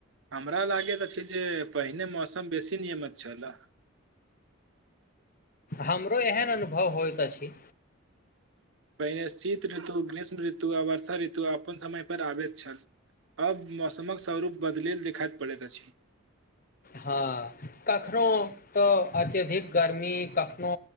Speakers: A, on the right (about 65°); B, on the left (about 45°).
A: हमरा लागयत अछि जे पहिने मौसम बेसी नियमित छलाह <inaudible>
B: हमरो एहन अनुभव होइतइत अछि
A: पहिने शीत ऋतु ग्रीष्म ऋतु आ वर्षा ऋतु अपन समय पर आबैत छल अब मौसमक स्वरूप बदलेल देखाइ पड़ैत अछि
B: हँ कखनो त अत्यधिक गर्मी कखनो